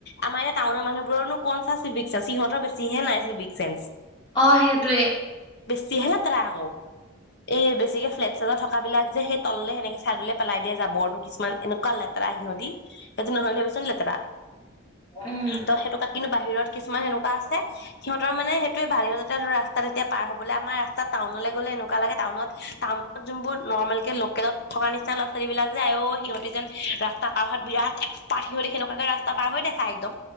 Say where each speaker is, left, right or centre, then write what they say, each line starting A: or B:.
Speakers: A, on the left (about 55°); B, on the left (about 20°).
A: আমাৰ ইয়া টাউনৰ মানুহবোৰৰনো ক চা সিহঁতৰ বেছি হে নাইছে বিগ চেন্স
B: অ সেইটোৱে
A: যিহে লেতেৰা আকৌ এই বেছিকে ফ্লেট চত থকা বিলাক যে সেই তললে সেনেকে চাইডলৈ পেলাই দিয়ে জাবৰটো কিছুমান এনেকুৱা লেতেৰা সিহঁতি সেইটো নহয়লে ভাবিছ লেতেৰা
B: উম
A: ত' সেইটকা কিন্তু বাহিৰত। কিছুমান এনেকুৱা আছে সিহঁৰ মানে সেইটোৱ বাহিৰতে ৰাস্তাত এতিয়া পাৰ হবলে আমাৰ ৰাস্তাত টাউনলৈ গ'লে এনেকুৱা লাগে টাউনত টাউনত যোনবোৰ নৰ্মেল কে লোকেলত থকা নিচিনা ল'ৰা ছোৱালী বিলাক যে আ সিহঁতি যেন ৰাস্তা পাৰ হ বিৰাট এক্সপাৰ্ট সিহঁ সেনেুৱাকে ৰাস্ত পাৰ দেখা একদম